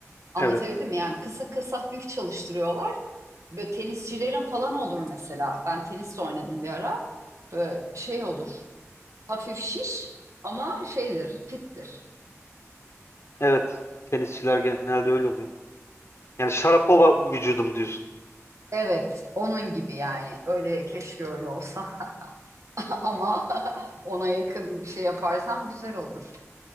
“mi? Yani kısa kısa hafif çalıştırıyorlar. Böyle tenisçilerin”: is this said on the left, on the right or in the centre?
Right